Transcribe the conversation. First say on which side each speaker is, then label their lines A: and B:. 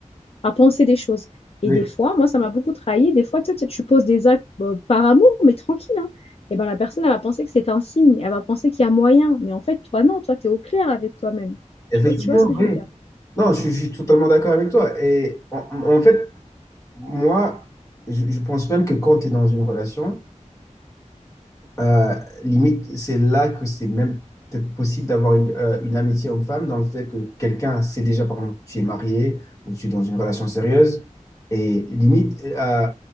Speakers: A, on the left (about 50°); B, on the left (about 25°).
A: à penser des choses. Et
B: Oui,
A: des fois, moi, ça m'a beaucoup trahi. Des fois, tu sais, tu poses des actes euh, par amour, mais tranquille. Hein. Et ben la personne, elle va penser que c'est un signe, elle va penser qu'il y a moyen. Mais en fait, toi, non, toi, tu es au clair avec toi-même.
B: effectivement,
A: Tu vois, tu vois ce que je
B: oui.
A: veux dire?
B: Non, je, suis je suis totalement d'accord avec toi. Et en, en fait, moi, je, je pense même que quand tu es dans une relation, Euh, limite, c'est là que c'est même peut-être possible d'avoir une, euh, une amitié homme-femme dans le fait que quelqu'un sait déjà, par exemple, tu es marié ou tu es dans une relation sérieuse. Et limite, euh,